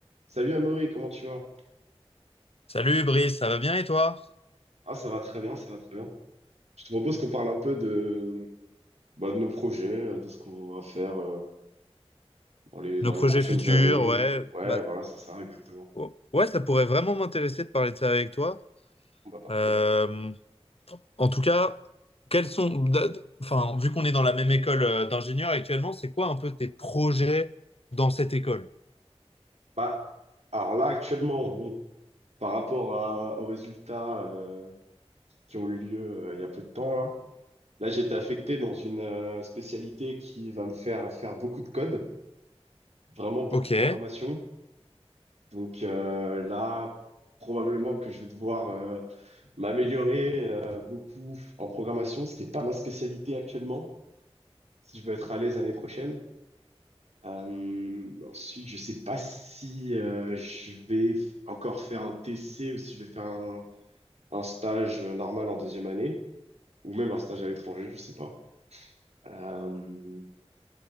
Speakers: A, on the right; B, on the left.
A: Salut Amaury, comment tu vas?
B: Salut Brice, ça va bien et toi?
A: Ah, ça va très bien, ça va très bien. Je te propose qu'on parle un peu de, bah, de nos projets, euh, de ce qu'on va faire euh, dans les, dans
B: Nos projets
A: les prochaines
B: futurs,
A: années.
B: ouais,
A: Ouais,
B: bah,
A: voilà, c'est ça, exactement.
B: o- ouais, ça pourrait vraiment m'intéresser de parler de ça avec toi.
A: Bon, Bah, parfait.
B: Euh, en tout cas, quels sont, d'a- enfin, vu qu'on est dans la même école euh, d'ingénieurs actuellement, c'est quoi un peu tes projets dans cette école?
A: Bah, alors là, actuellement, bon, par rapport à- aux résultats euh, qui ont eu lieu euh, il y a peu de temps, là, là, j'ai été affecté dans une euh, spécialité qui va me faire faire beaucoup de code, vraiment beaucoup
B: Ok,
A: de programmation.
B: ouais,
A: Donc euh, là, probablement que je vais devoir euh, m'améliorer euh, beaucoup en programmation, ce qui n'est pas ma spécialité actuellement, si je veux être à l'aise l'année prochaine. Euh, ensuite, je sais pas si euh, je vais f- encore faire un TC ou si je vais faire un, un stage euh, normal en deuxième année, ou même un stage à l'étranger, je sais pas. Euh,